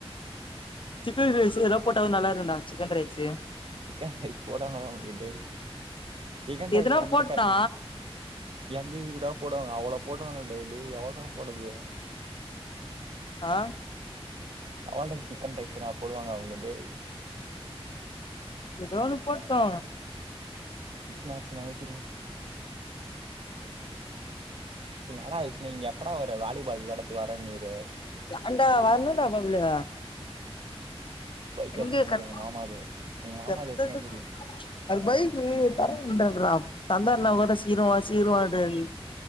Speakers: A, on the left; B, on the right.
A: சிக்கன் ரைஸ் ஏதா போட்டா கூட நல்லா இருக்குண்டா சிக்கன் ரைஸ்ஸு
B: சிக்கன் ரைஸ் போடமாங்க டே டேய் சிக்கன் ரைஸ்
A: எதுனா
B: அந்த
A: போட்டா
B: கடை எந்து இதுகுடா போட்வாங்க அவ்வளோ போட்றாங்கா டே டேய் எவள்றா போடுது
A: ஆ
B: அவல் தா சிக்கன் ரைஸ்ஸுதா போடுவாங்க அவங்க டேய்
A: எதோ ஒண்ணு போட்டோ
B: விஷ்நாத்தினாவ திரும்போ இன்னாடா விஷ்ணு இங்க எப்படா வர வாளிபால் வெளாடத்து வரன்னீரு
A: ஏண்டா வரணுன்டா பப்ளே
B: பைக்
A: எங்க
B: எத்துன்னு வந்துரு
A: கர்ட்
B: உங்க மாமாது உங்க மாமாது
A: கர்ட்டா
B: எத்துன்னு
A: சொ
B: வந்துரு
A: அவ்ரு பைக்கு தரமாட்டார் டா தந்தார்னா கூட சீக்ரோ வா சீக்ரோவான்றாரு